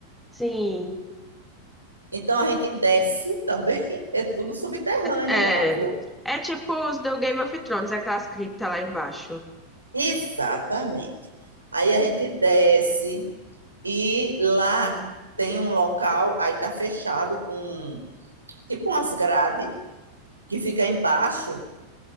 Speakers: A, in the centre; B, on the right (about 80°).
A: Sim.
B: Então a gente desce também, <laughs> é tudo subterrâneo
A: É,
B: lá, viu?
A: é, é tipo os do Game of Thrones, aquelas criptas lá embaixo.
B: Exatamente. Aí a gente desce e lá tem um local, aí tá fechado com tipo umas grades que fica embaixo